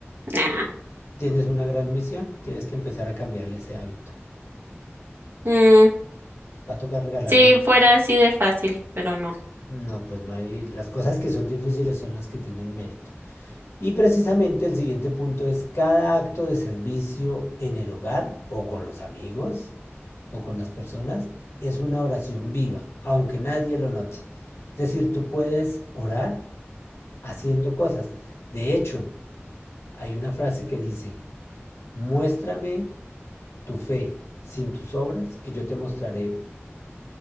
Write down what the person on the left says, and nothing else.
Tienes una gran misión. Tienes que empezar a cambiarle ese hábito.
Va a tocar regalarle...
No, pues no hay... Las cosas que son difíciles son las que tienen mérito. Y precisamente el siguiente punto es cada acto de servicio en el hogar o con los amigos o con las personas es una oración viva, aunque nadie lo note. Es decir, tú puedes orar haciendo cosas. De hecho, hay una frase que dice, muéstrame tu fe sin tus obras, que yo te mostraré